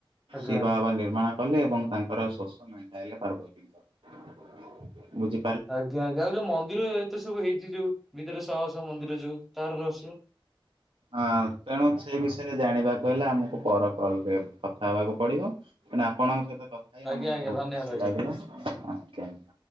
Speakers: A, in the centre; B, on the right.
A: ଆଜ୍ଞା
B: ଶିବା ଆବା ନିର୍ମାଣ କଲେ ଏବଂ ତାଙ୍କର ଶୋଷ ମେଣ୍ଟାଇଲେ ପାର୍ବତୀଙ୍କର। ବୁଝି
A: ଆଜ୍ଞା ଆଜ୍ଞା ଆଉ ଯୋଉ ମନ୍ଦିର ଏତ ସବୁ ହେଇଛି ଯୋଉ ଭିତରେ ଶହ ଶହ ମନ୍ଦିର ଯୋଉ ତାର ରହସ୍ୟ?
B: ହଁ ହଁ ତେଣୁ ସେ ବିଷୟରେ ଜାଣିବାକୁ ହେଲେ ଆମକୁ ପର କଲରେ କଥା ହେବାକୁ ପଡିବ। ମାନେ ଆପଣଙ୍କ ସହିତ କଥା ହେଇ
A: ଆଜ୍ଞା
B: ଆମକୁ
A: ଆଜ୍ଞା
B: ବହୁତ
A: ଧନ୍ୟବାଦ
B: ଖୁସି
A: ଆଜ୍ଞା
B: ଲାଗିଲା ଆଜ୍ଞା।